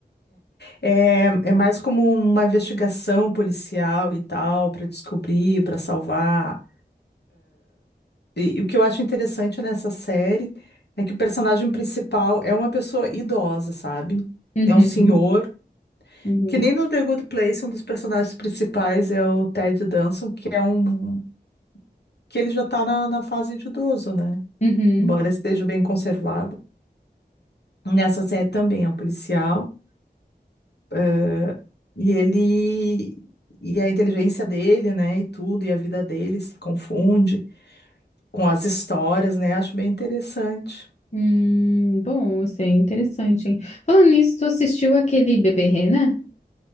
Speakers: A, on the left; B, on the left.
A: É, é, é mais como uma investigação policial e tal, para descobrir, para salvar. E, e o que eu acho interessante nessa série é que o personagem principal é uma pessoa idosa, sabe?
B: Uhum.
A: É um senhor.
B: Uhum.
A: Que nem no The Good Place, um dos personagens principais é o Ted Danson, que é um. que ele já tá na, na fase de idoso, né?
B: Uhum.
A: Embora esteja bem conservado. Nessa série também é um policial. eh, e ele e a inteligência dele, né, e tudo, e a vida dele se confunde com as histórias, né? Acho bem interessante.
B: Hum, bom, assim, é interessante, hein? Falando nisso, tu assistiu aquele Bebê Rena?